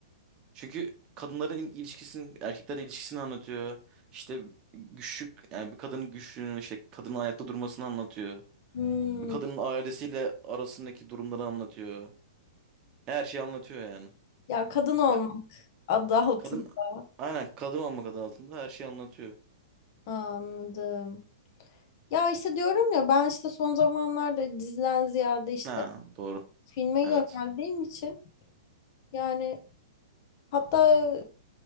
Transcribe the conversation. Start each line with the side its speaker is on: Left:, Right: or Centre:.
Right: Çünkü kadınların il- ilişkisini, erkeklerle ilişkisini anlatıyor. İşte güçlük, yani bir kadının güçlüğünü, işte kadının ayakta durmasını anlatıyor.
Left: Hmm.
Right: Bir kadının ailesiyle arasındaki durumları anlatıyor. Her şeyi anlatıyor yani.
Left: Ya kadın olmak
Right: Ya,
Left: adı altında.
Right: kadın, aynen kadın olmak adı altında her şeyi anlatıyor.
Left: Anladım. Ya işte diyorum ya ben işte son zamanlarda diziden ziyade işte
Right: Ha, doğru.
Left: filme
Right: Evet.
Left: yöneldiğim için yani hatta